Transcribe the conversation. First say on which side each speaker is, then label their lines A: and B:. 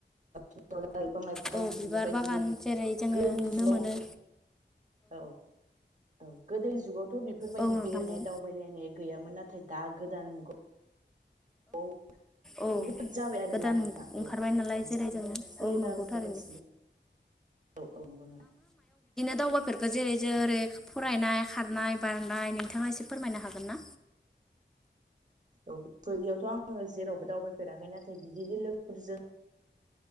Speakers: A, on the right; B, in the centre.
A: बिफां लाइफां
B: औ
A: बिदिनो
B: बिबार
A: बायदि
B: बागान
A: बायदि
B: जेरै जोङो
A: गोदोनि
B: नुनो
A: जुगाव
B: मोनो
A: औ औ गोदोनि जुगाव थ' बेफोर बायदि
B: औ नोंथां
A: बेरायनाय
B: बुं
A: दावबायलायनाय गैयामोन नाथाय दा गोदान औ
B: औ
A: बहुद जाबाय आरो
B: गोदान
A: ना नोंथां
B: ओंखारबाय
A: औ
B: नालाय
A: बांसिन
B: जेरै जोङो
A: सोलिबोगासिनो
B: औ नंगौ थारैनो
A: औ औ नंगौ नोंथां।
B: दावबायफोरखो जेरै जों फरायनाय खारनाय। बारनाय नोंथाङा एसे फोरमायनो हागोन ना?
A: <unintelligible> आङो जेरावबो दावबाय फेराखै नाथाय बिदिनो लोगोफोरजों